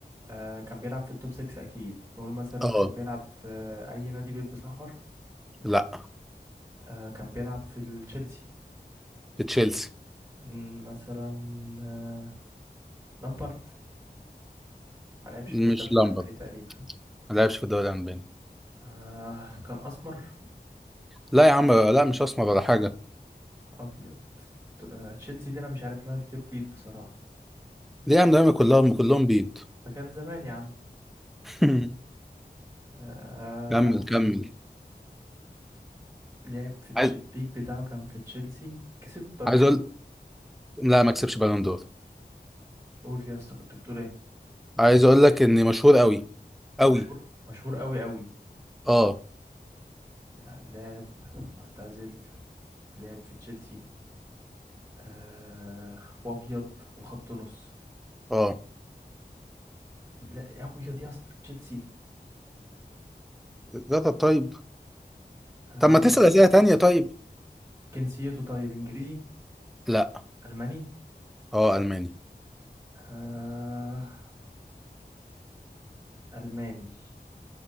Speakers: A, on the right; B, in the centre.
A: آه كان بيلعب في التوب 6 اكيد نقول مثلا
B: اه
A: كان بيلعب في اي نادي بيلبس احمر
B: لا
A: آه كان بيلعب في التشيلسي
B: في تشيلسي
A: مم، مثلا آه لامبارد ما لعبش
B: مش
A: في الدوري
B: لامبرد
A: الالماني تقريبا
B: ما لعبش في الدوري الالماني
A: آه كان اسمر
B: لا يا عم لا مش اسمر ولا حاجه
A: ابيض ت- آه تشيلسي دي انا مش عارف لها كتير بيض بصراحة
B: ليه يا عم دايما كلهم كلهم بيض
A: ده كان زمان يا عم
B: <laughs>
A: آه
B: كمل كمل
A: لعب في تش-
B: عايز
A: البيك بتاعه كان في تشيلسي كسب بالون
B: عايز اقول
A: دور
B: لا ما كسبش بالون دور
A: قول يا اسطى كنت بتقول ايه
B: عايز اقول لك اني مشهور قوي قوي
A: مشهور مشهور قوي قوي
B: اه
A: يعني لاعب معتزل في لعب في تشيلسي آه وابيض وخط نص
B: اه
A: لا يا ابيض يا اسطى في تشيلسي
B: جرب طيب
A: آه
B: طب ما تسال اسئله تانية طيب
A: جنسيته طيب انجليزي
B: لا
A: الماني
B: اه الماني
A: آه الماني